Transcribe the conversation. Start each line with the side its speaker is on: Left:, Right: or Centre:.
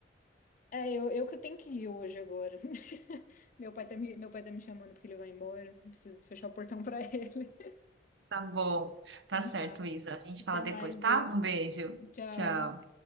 Left: É, eu, eu que tenho que ir hoje agora. <laughs> Meu pai tá me, meu pai tá me chamando porque ele vai embora. Preciso fechar o portão pra ele. <laughs>
Right: Tá bom.
Left: Então
Right: Tá certo,
Left: tá.
Right: Isa. A gente
Left: Até
Right: fala depois,
Left: mais,
Right: tá?
Left: viu?
Right: Um beijo.
Left: Tchau.
Right: Tchau.